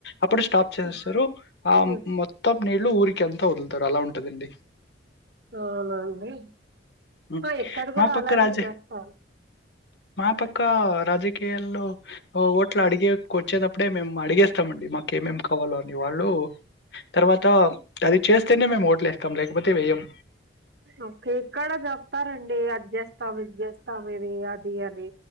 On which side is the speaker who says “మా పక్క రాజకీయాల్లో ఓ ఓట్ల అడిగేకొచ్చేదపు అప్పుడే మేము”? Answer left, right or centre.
Left